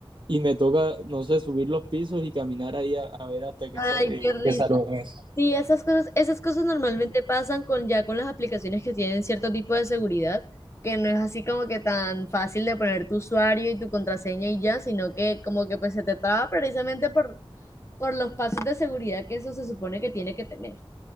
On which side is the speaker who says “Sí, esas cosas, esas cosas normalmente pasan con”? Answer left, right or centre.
Left